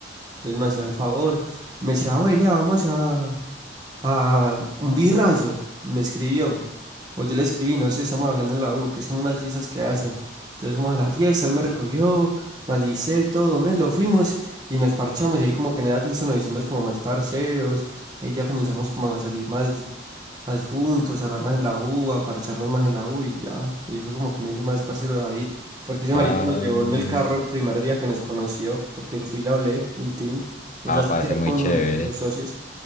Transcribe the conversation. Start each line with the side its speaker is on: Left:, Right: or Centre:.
Right: entonces me hacía el favor, me decía, bueno, vamos a, a un birrazo, me escribió, o yo le escribí, no sé, estamos hablando en la U, que es como unas fiestas que hacen, entonces fuimos a la fiesta, él me recogió, me alicé, todo, me lo fuimos y nos parchamos, y ahí como que en la fiesta nos hicimos como más parceros, ahí ya comenzamos como a salir más, adjuntos, hablar más en la U, a parcharnos más en la U y ya. Y fue como que me hice más parcero de David, porque ese
Left: Ah,
Right: marica nos llevó en el carro el primer día que nos conoció, porque yo fui y le hablé y tin, ya
Left: ah,
Right: se
Left: parece
Right: quedó
Left: muy
Right: con
Left: chévere.
Right: los socios.